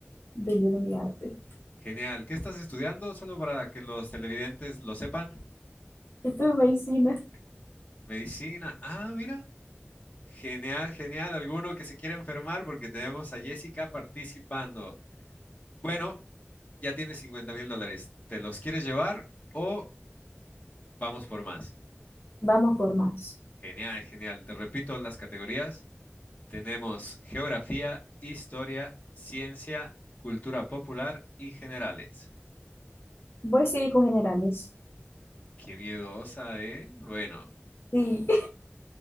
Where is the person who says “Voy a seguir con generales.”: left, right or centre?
Left